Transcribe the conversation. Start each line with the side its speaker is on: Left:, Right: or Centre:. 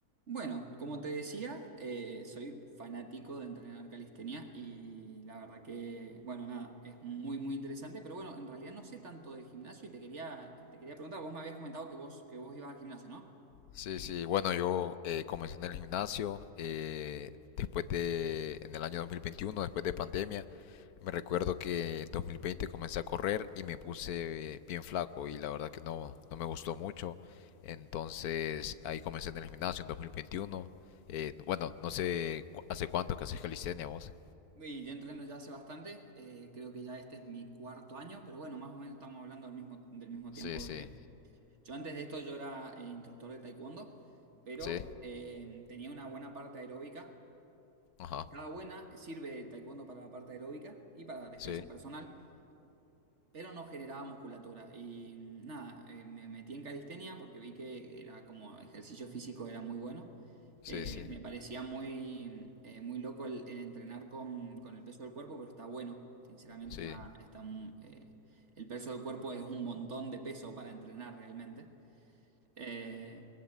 Right: Bueno, como te decía, eh, soy fanático de entrenar calistenia y la verdad que, bueno, nada, es muy, muy interesante, pero bueno, en realidad no sé tanto de gimnasio y te quería, te quería preguntar, vos me habías comentado que vos, que vos ibas al gimnasio, ¿no?
Left: Sí, sí, bueno, yo eh, comencé en el gimnasio eh, después de, en el año 2021 después de pandemia. Me recuerdo que en 2020 comencé a correr y me puse eh, bien flaco y la verdad que no, no me gustó mucho. Entonces ahí comencé en el gimnasio en 2021. Eh, bueno, no sé cu- hace cuánto que haces calistenia vos.
Right: Y yo entreno ya hace bastante, eh, creo que ya este es mi cuarto año, pero bueno, más o menos estamos hablando del mismo, del mismo tiempo
Left: Sí, sí,
Right: de... Yo antes de esto yo era eh, instructor de taekwondo, pero
Left: sí,
Right: eh, tenía una buena parte aeróbica.
Left: ajá,
Right: Estaba buena, sirve taekwondo para la parte aeróbica y para la defensa
Left: sí,
Right: personal, pero no generaba musculatura. Y mm, nada, eh, me metí en calistenia porque vi que era como ejercicio físico era muy bueno.
Left: sí,
Right: Eh,
Left: sí,
Right: me parecía muy, eh, muy loco el, el entrenar con, con el peso del cuerpo, pero está bueno. Sinceramente
Left: sí,
Right: está, está un- eh, el peso del cuerpo es un montón de peso para entrenar realmente. Eh,